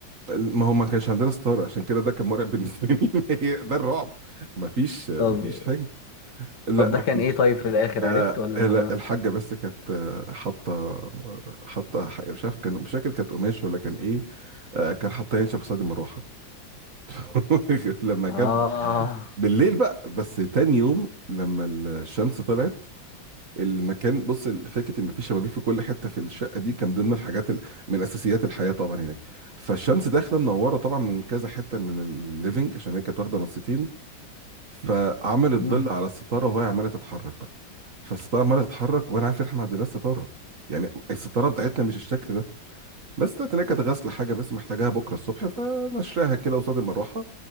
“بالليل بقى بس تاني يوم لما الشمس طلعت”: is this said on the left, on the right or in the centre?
Right